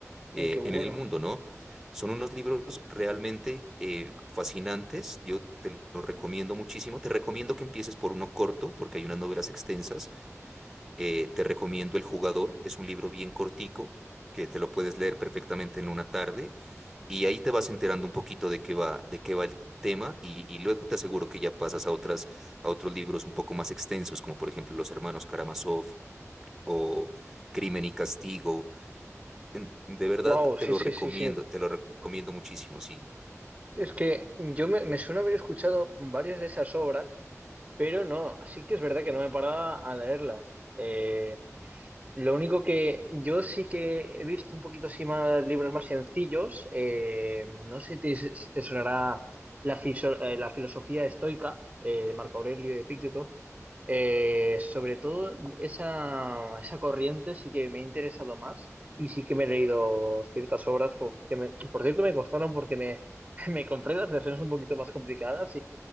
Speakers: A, in the centre; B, on the right.
A: eh,
B: Mm, qué bueno.
A: en el mundo, ¿no? Son unos libros realmente eh, fascinantes, yo te los recomiendo muchísimo, te recomiendo que empieces por uno corto, porque hay unas novelas extensas, eh, te recomiendo El Jugador, es un libro bien cortico que te lo puedes leer perfectamente en una tarde y ahí te vas enterando un poquito de qué va, de qué va el tema y, y luego te aseguro que ya pasas a otras, a otros libros un poco más extensos, como por ejemplo Los Hermanos Karamazov o Crimen y Castigo. En- De verdad
B: Wow, <clears throat> sí,
A: te lo
B: sí,
A: recomiendo,
B: sí, sí.
A: te lo recomiendo muchísimo, sí.
B: Es que yo me, me suena haber escuchado varias de esas obras Pero no, sí que es verdad que no me paraba a leerlas. Eh, lo único que yo sí que he visto un poquito así más libros más sencillos. eh, no sé si te, si te sonará la, fiso- eh, la filosofía estoica eh, de Marco Aurelio y de Epicteto. Eh, sobre todo esa, esa corriente sí que me ha interesado más y sí que me he leído ciertas obras como- que, me- que por cierto, me costaron porque me, <laughs> me compré las versiones un poquito más complicadas